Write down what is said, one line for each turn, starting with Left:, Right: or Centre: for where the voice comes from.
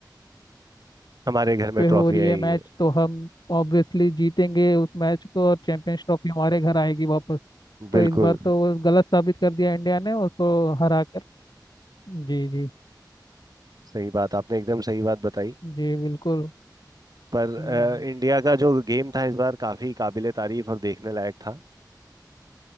Right: हमारे घर
Left: पे
Right: में ट्रॉफी
Left: हो रही
Right: आई
Left: है मैच
Right: है
Left: तो हम ऑब्वियसली जीतेंगे उस मैच को और चैंपियंस ट्रॉफी हमारे घर आएगी वापस तो
Right: बिल्कुल
Left: इस बार तो वो गलत साबित कर दिया इंडिया ने उसको हरा कर जी जी
Right: सही बात आपने एकदम सही बात बताई
Left: जी बिल्कुल
Right: पर अ,
Left: हम्म,
Right: इंडिया का जो गेम था इस बार काफ़ी काबिले तारीफ और देखने लायक था